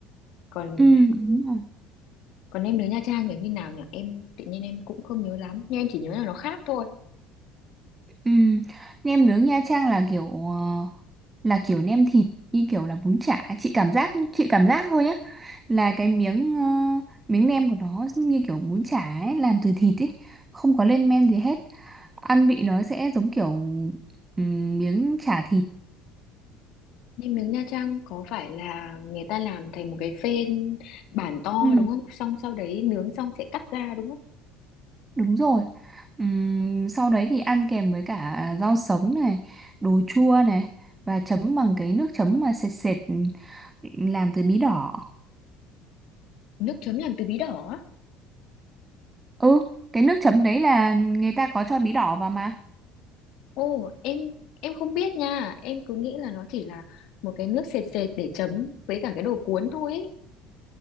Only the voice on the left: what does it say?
Còn
còn nem nướng Nha Trang là như nào nhỉ? Em tự nhiên em cũng không nhớ lắm, nhưng em chỉ nhớ là nó khác thôi.
Nem nướng Nha Trang có phải là người ta làm thành một cái phên bản to
đúng không? Xong sau đấy nướng xong sẽ cắt ra đúng không?
Nước chấm làm từ bí đỏ á.
Ồ, em em không biết nha, em cứ nghĩ là nó chỉ là một cái nước sệt sệt để chấm với cả cái đồ cuốn thôi ấy.